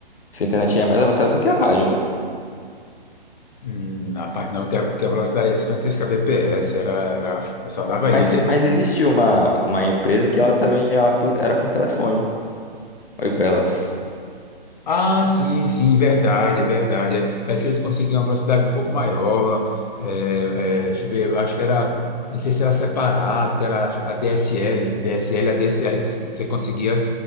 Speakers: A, on the left; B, on the left.
A: essa internet aí é mais avançada do que a rádio, não?
B: Hum, rapaz, não, que a, que a velocidade é 56 kbps, era, era, eu só dava
A: Mas,
B: isso.
A: mas existiu uma, uma empresa que ela também ela po- era por telefone. Oi, Velox.
B: Ah, sim, sim, verdade, é verdade. É, Parece que eles conseguiam uma velocidade um pouco maior. É, é, deixa eu ver, eu acho que era, não sei se era separado, que era a DSL, DSL, a DSL, que você conseguia,